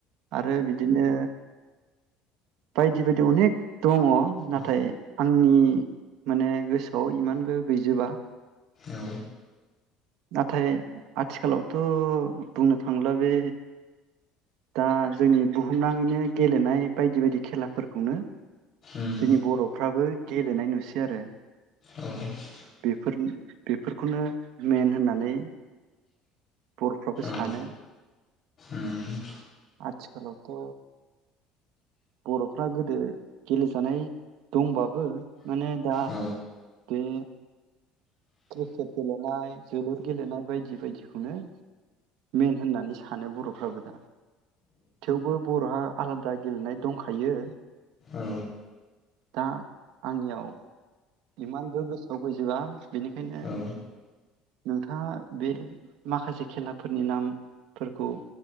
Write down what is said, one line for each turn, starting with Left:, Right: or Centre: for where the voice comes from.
Right: आरो बिदिनो बायदि बायदि अनेख दङ नाथाय
Left: उम
Right: आंनि माने गोसोआव इमानबो गैजोबा
Left: उम औ
Right: नाथाय आथिखालावथ' बुंनो थांब्ला बे दा जोंनि बुहुमनाङैनो गेलेनाय बायदि बायदि खेलाफोरखौनो
Left: उम
Right: जोंनि बर'फ्राबो गेलेनाय नुसै आरो
Left: औ
Right: बेफोर बेफोरखौनो मेन होननानै बर'फ्राबो सानो
Left: औ उम
Right: आथिखालावथ' बर'फ्रा गोदो गेलेजानाय दंबाबो माने दा
Left: औ
Right: बे क्रिकेट गेलेनाय जोलुर गेलेनाय बायदि बायदिखौनो मेन होननानै सानो बर'फ्राबो दा थेवबो बर'हा आलादा गेलेनाय दंखायो
Left: औ
Right: दा आंनियाव इमानबो गोसोआव बैजोबा बेनिखायनो
Left: औ
Right: नोंथाङा बे माखासे खेलाफोरनि नामफोरखौ